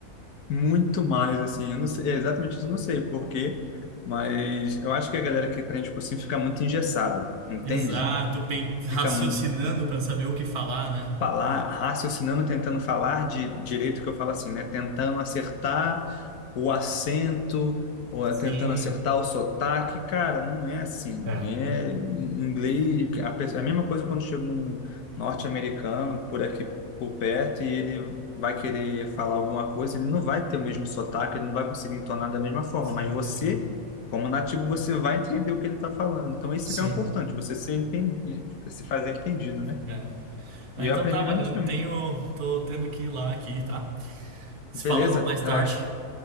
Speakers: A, on the left; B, on the right.
A: Muito mais, assim, eu não sei, é, exatamente isso, eu não sei por quê, mas eu acho que a galera que prende cursinho fica muito engessada, entende?
B: Exato, pen- raciocinando
A: Fica, mu-
B: pra saber o que falar, né?
A: falar, raciocinando, tentando falar de direito que eu falo assim, né? Tentando acertar o acento, ou é
B: Sim.
A: tentando acertar o sotaque, cara, não é assim.
B: É.
A: É em inglês, a, pe- a mesma coisa quando chega um norte-americano por aqui por perto e ele vai querer falar alguma coisa, ele não vai ter o mesmo sotaque, ele não vai conseguir entonar da mesma forma,
B: Sim,
A: mas você
B: sim.
A: Como nativo, você vai entender o que ele está falando. Então, isso
B: Sim.
A: que é o importante, você ser enten- se fazer entendido, né?
B: É. Ah,
A: E eu
B: então
A: aprendi
B: tá, mano.
A: vendo
B: Eu
A: filme.
B: tenho. tô tendo que ir lá aqui, tá? Se
A: Beleza?
B: falamos mais tarde.
A: Relaxa.